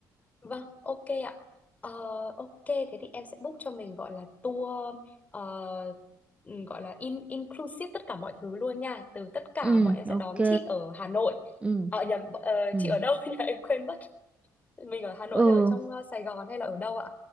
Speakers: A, on the left (about 20°); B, on the right (about 15°).
A: Vâng, ok ạ. Ờ, ok, thế thì em sẽ book cho mình gọi là tour ờ, ừ, gọi là in, inclusive tất cả mọi thứ luôn nha. Từ tất cả
B: ừ
A: bọn em sẽ
B: ok
A: đón chị ở Hà Nội.
B: ừ
A: Ờ nhầm, ờ,
B: ừ
A: chị ở đâu <laughs> nhỉ? Em quên mất. Mình ở Hà Nội
B: Ừ,
A: hay ở trong ờ, Sài Gòn hay là ở đâu ạ?